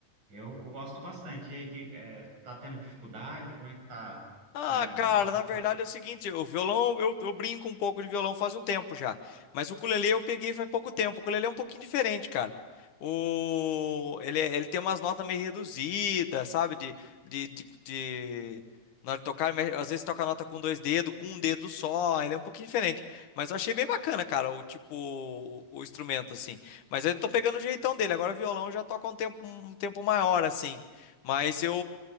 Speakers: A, on the right; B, on the left.
A: Eu gosto bastante. E aí, que, é, tá tendo dificuldade? Como é que tá sendo?
B: Ah,
A: a-
B: cara,
A: você tá-
B: na verdade é o seguinte, o violão, eu, eu brinco um pouco de violão faz um tempo já, mas o ukulele eu peguei faz pouco tempo, o ukulele é um pouquinho diferente, cara. O, ele, é- ele tem umas notas meio reduzidas, sabe, de, de, de, de- na hora de tocar, mas às vezes toca a nota com dois dedos, com um dedo só, ele é um pouquinho diferente, mas eu achei bem bacana, cara, o tipo, o, o instrumento, assim, mas eu tô pegando o jeitão dele, agora o violão eu já toca um tempo, um tempo maior, assim, mas eu,